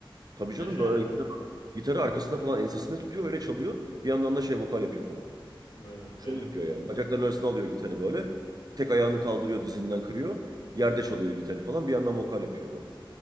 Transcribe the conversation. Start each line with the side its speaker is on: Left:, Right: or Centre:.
Right: Tabii
Left: Yaşayan
Right: canım böyle
Left: değil
Right: gitar,
Left: mi?
Right: gitarı arkasında falan ensesinde tutuyor öyle çalıyor. Bir yandan da şey vokal yapıyor falan.
Left: Vay be.
Right: Şov
Left: Benim
Right: yapıyor yani. Bacakların arasına alıyor gitarı böyle. Tek ayağını kaldırıyor dizinden kırıyor. Yerde çalıyor gitarı falan. Bir yandan vokal yapıyor böyle.